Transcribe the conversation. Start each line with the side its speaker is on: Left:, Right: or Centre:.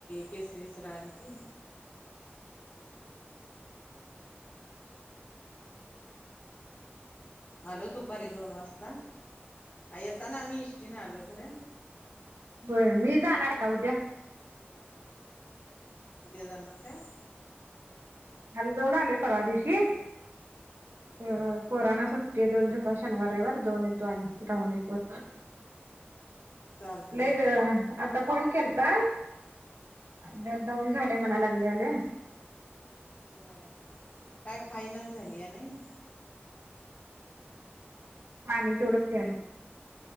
Left: केस विचारायलती कशी दिसाल ते. आलो दुपारी दोन वाजता येताना आम्ही एसटीने आलो खरं
Right: होय मी जाणार का उद्या
Left: उद्या जाणार काय
Right: आम्ही जाऊन आलोय परवा दिवशी ह
Left: मग हा
Right: ह पोरांना सुट्टी ते दोन झंपर शनिवार रविवार जाऊन येतो आणि राहून येतो
Left: चालतय
Right: लेग
Left: की.
Right: आता फोन केलता... त्याने
Left: हा
Right: मना लागल्यान
Left: होय काय खाईनाच झालीया नाही?
Right: पाणि तेवढा प्यायली <unintelligible>